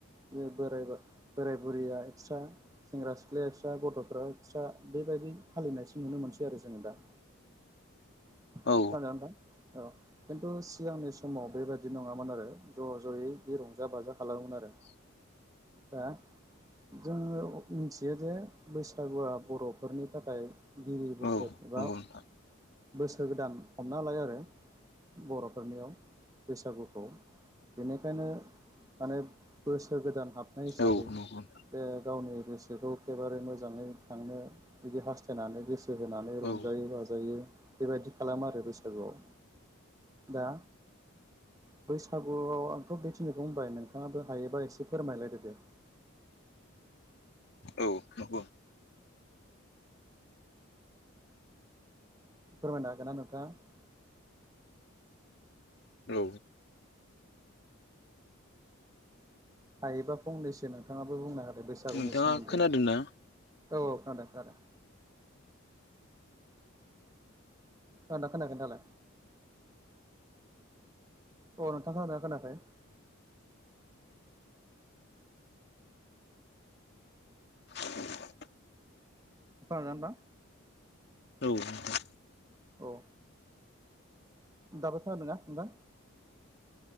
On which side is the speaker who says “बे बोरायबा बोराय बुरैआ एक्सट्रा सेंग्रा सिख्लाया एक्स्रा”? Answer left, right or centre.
Right